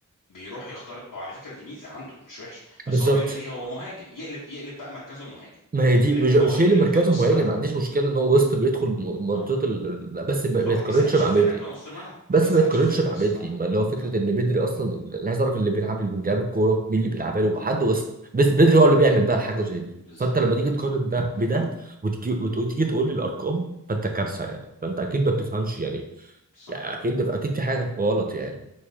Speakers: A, on the left; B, on the right.
A: بيروح يخترق او على فكره دي ميزه عنده مش وحش
B: بالظبط
A: بس هو بيعمل ايه هو مهاجم يقلب يقلب بقى مركزه مهاجم
B: ما هي دي
A: لكن
B: مش مش
A: هو يفضل
B: هي اللي مركزه
A: نص
B: مهاجم
A: ملعب
B: ما عنديش مشكله ان هو وسط بيدخل م- منطقه
A: اه
B: ال... ال- لا، بس ما
A: بس
B: ما
A: هو
B: يتقارنش
A: ما بيساعدش
B: مع
A: الفرقه
B: بدري
A: كنص ملعب
B: بس
A: ما بيساعدش
B: ما يتقارنش
A: الفرقه
B: مع
A: كنص
B: بدري
A: ملعب
B: ما اللي هو فكره
A: اه
B: ان بدري اصلا اللي عايز اعرف اللي بيلعب اللي بيلعب الكوره مين اللي بيلعبها له حد وسط بس بدري هو اللي بيعمل بقى الحاجه زي دي
A: بالظبط
B: فانت لما تيجي تقارن ده بده وتجي- وت- وتيجي تقول لي الارقام فانت كارثه يعني فانت اكيد ما بتفهمش يعني
A: صح
B: يعني اكيد اكيد في حاجه غلط يعني